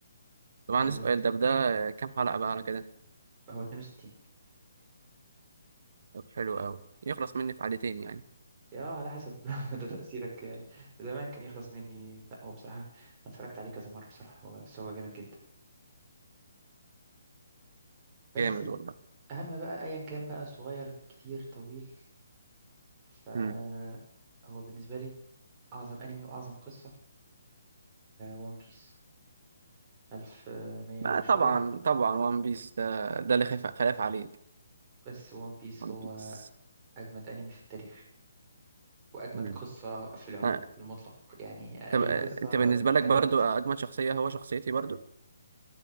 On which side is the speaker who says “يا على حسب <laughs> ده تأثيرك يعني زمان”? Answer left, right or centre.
Right